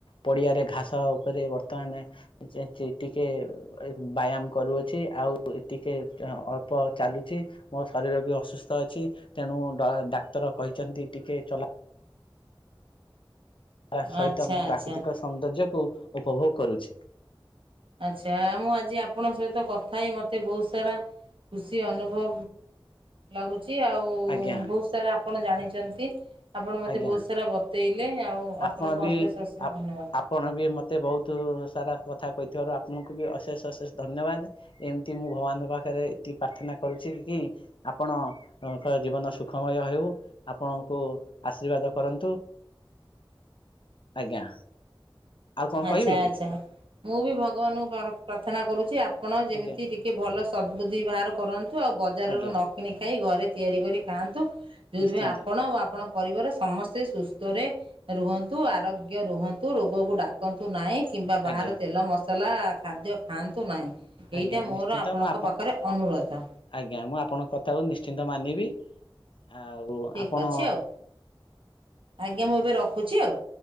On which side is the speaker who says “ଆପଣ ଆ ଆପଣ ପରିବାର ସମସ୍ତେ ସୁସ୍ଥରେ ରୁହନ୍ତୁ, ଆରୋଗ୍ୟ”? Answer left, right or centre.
Right